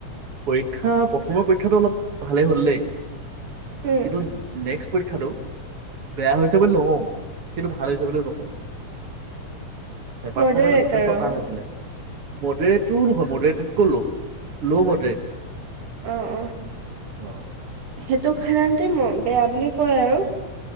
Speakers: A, on the right (about 50°); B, on the right (about 75°).
A: পৰীক্ষা প্ৰথমৰ পৰীক্ষাটো অলপ ভালেই হ'ল দেই কিন্তু
B: উম,
A: নেক্সট পৰীক্ষাটো বেয়া হৈছে বুলি নহওঁ কিন্তু ভাল হৈছে বুলিও নকওঁ বেপাৰ
B: মডাৰেটাৰ
A: সমানে যথেষ্ট
B: অ',
A: টান হৈছিলে মোটেই তটো নহয় মোৰ কলো ল' ম প
B: আহ আহ
A: অ
B: সেইটোক সাধাৰণতে ম মৰম বুলি কয় আৰু